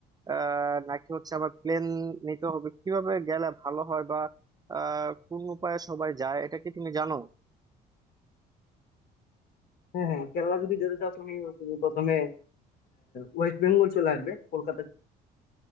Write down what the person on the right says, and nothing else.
আহ, নাকি হচ্ছে আমার প্লেন নিতে হবে কিভাবে গেলে ভালো হয় বা আহ, কোন উপায়ে সবাই যায় এটা কি তুমি জানো